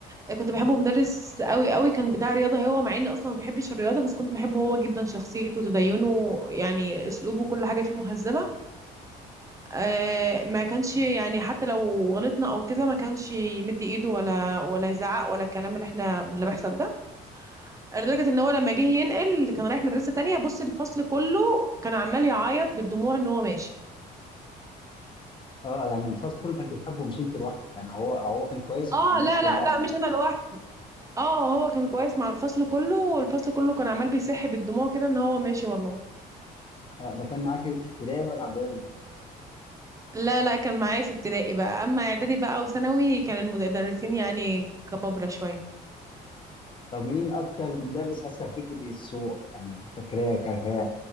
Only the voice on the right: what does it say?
أه كنت بحبه مدرس قوي قوي كان بتاع رياضة هو مع اني اصلا ما بحبش الرياضة بس كنت بحبه هو جدا شخصيته وتدينه يعني اسلوبه كل حاجة فيه مهذبة آه، ما كانش يعني حتى لو غلطنا او كده ما كانش يمد ايده ولا ولا يزعق ولا الكلام اللي احنا اللي بيحصل ده لدرجه ان هو لما جه ينقل كان رايح مدرسه تانية بص الفصل كله كان عمال يعيط بالدموع ان هو ماشي
اه
لا
لا لا
مش انا لوحدي اه هو كان كويس مع الفصل كله والفصل كله كان عمال بيصح بالدموع كده ان هو ماشي والله
لا لا كان معايا في ابتدائي بقى اما اعدادي بقى وثانوي كان المدرسين يعني كبابره شويه